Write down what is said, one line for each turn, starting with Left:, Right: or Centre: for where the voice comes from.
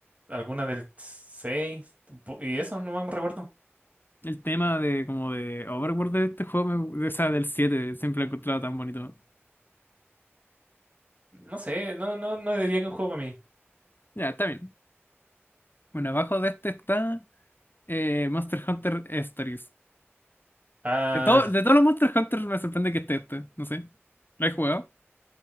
Right: alguna del 6 tampo- Y eso no me recuerdo.
Left: El tema de como de Overwatch de este juego, me- de esa del 7 siempre lo he encontrado tan bonito.
Right: No sé, no, no, no diría que un juego para mí.
Left: Ya, está bien. Bueno, abajo de este está eh, Monster Hunter Stories.
Right: Ah,
Left: De, todo, de todos los Monster Hunter me sorprende que esté este, no sé. ¿Lo he jugado?